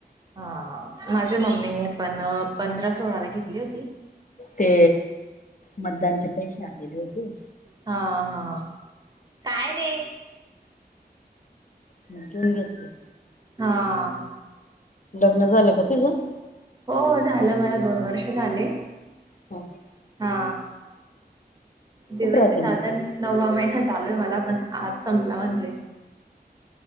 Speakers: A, on the right; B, on the left.
A: हा माझ्या मम्मीनी पण पंधरा सोळाला घेतली होती.
B: ते मतदानचे पैसे आलेले होते.
A: हा हा काय रे
B: हं घेऊन घेतले.
A: हा.
B: लग्न झालं का तुझं?
A: हो झालं मला दोन वर्ष झाले.
B: हो का
A: हा दिवसहेत
B: कुठे राहते मग
A: आताण नववा महिना चालू आहे मला पण आज संपला म्हणजे